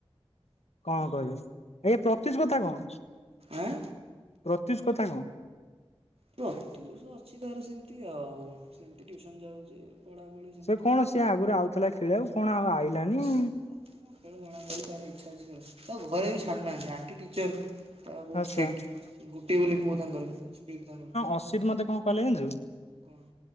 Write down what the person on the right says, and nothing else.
ଆଁ
ପ୍ରତ୍ୟୁଷ ଅଛି ତାର ସେମିତି ଆଉ, ସେମିତି ଟିଉସନ୍ ଯାଉଛି। ପଢ଼ାପଢ଼ି ସେମିତି
ଚାଲିଛି
ଆଉ।
ସିଏ ତାକୁ କଣ ଖେଳ ଜଣା ଅଛି, ତାର ଇଛା ଅଛି ପ୍ରବଳ, ତାକୁ ଘରେ ବି ଛାଡ଼ୁନାହାନ୍ତି ଆଣ୍ଟି ଟିଚର୍। ତା ବହୁତ
ଷ୍ଟ୍ରିକ୍ଟ ଗୋଟେ ବୋଲି ପୁଅ ତାଙ୍କର ଷ୍ଟ୍ରିଟ୍ ତାଙ୍କର।
କଣ?